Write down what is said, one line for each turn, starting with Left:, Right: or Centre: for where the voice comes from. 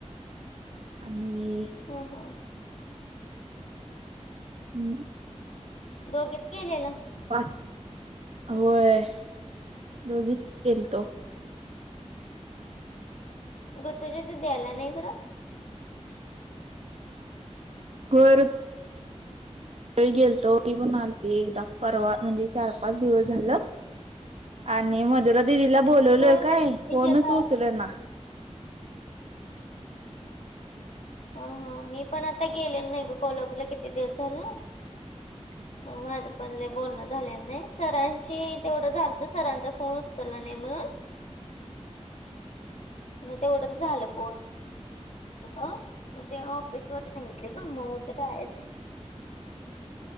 Right: आणि
Left: हा, हा.
Right: हं..
Left: दोघीच गेलेलं
Right: पाच व्हयं दोघीच गेलतो.
Left: ऋतूजा दिदी आल्या ना हिकडं?
Right: वरद होय गेलतो ती पण आलती एकदा परवा म्हणजे चार- पाच दिवस झालं. आणि मधुरा दिदीला बोलवलोय
Left: होय
Right: काय,
Left: हो. तिच्याला
Right: फोनच उचलेना.
Left: हा, हा. मी पण आता गेलेलो नाही गं कोल्हापूरला किती दिवस झालं.
Right: <inaudible>
Left: माझं पण लई बोलणं झाल्यालं नाही, सरांशी तेवढं झालंतं, सरांचा फोन ह उचलला नाही म्हणून.
Right: <inaudible>
Left: मग तेवढच झालं बोल अ मग ते ऑफिस वर्क सांगितलंय ग, मग उद्या जाण्याचं हाय.